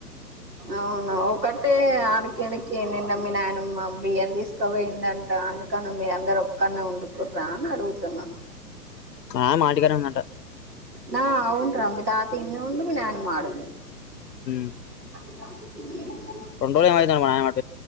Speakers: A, on the right (about 80°); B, on the left (about 80°).
A: అవును ఒకటే ఆడు కి నీకి మీ నాయనమ్మ బియ్యం తీసుకుపోయిందంట అందుకని మీ అందరూ కన్న ఉండుకుడు్ర అడుగుతున్నా
B: ఆ మా ఇంటి కాడ నీ ఉందట
A: నా అవున్ రా మీ తాత ఇన్నే ఉండు మీ నానమ్మ మాడుంది
B: హు మ్
A: ఉ
B: రెండో ఏమో మా నాయన <unintelligible>